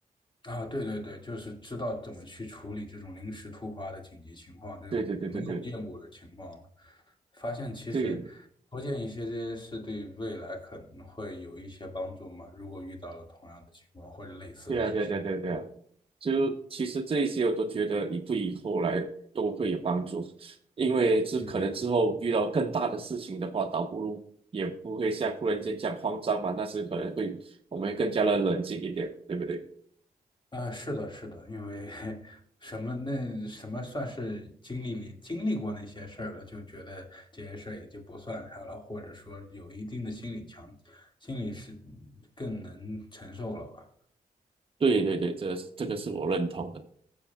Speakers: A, on the left; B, on the right.
A: 啊，对对对，就是知道怎么去处理这种临时突发的紧急情况，这种没有见过的情况了。
B: 对对对对对，
A: 发现其实多见一些这些事，
B: 对，
A: 对未来可能会有一些帮助嘛。如果遇到了同样的情况或者类似的事情，
B: 对啊，对啊对啊对啊对啊，就其实这一些我都觉得你对以后来都会有帮助，因为这可能之后遇到更大的事情的话，
A: 嗯，
B: 倒不如也不会像忽然间这样慌张嘛，那是可能会我们更加的冷静一点，对不对？
A: 啊，是的，是的，因为 <laughs> 什么那什么算是经历里经历过那些事儿了，就觉得这些事儿也就不算啥了，或者说有一定的心理强，心理是嗯更能承受了吧。
B: 对对对，这这个是我认同的。